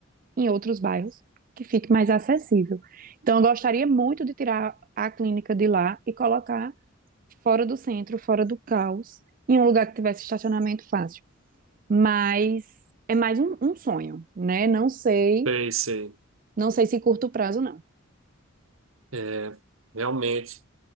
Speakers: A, on the right; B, on the right.
A: em outros bairros que fique mais acessível. Então, eu gostaria muito de tirar a clínica de lá e colocar fora do centro, fora do caos, em um lugar que tivesse estacionamento fácil. Mas é mais um, um sonho, né? Não sei,
B: Sei, sei.
A: não sei se curto prazo não.
B: É, realmente.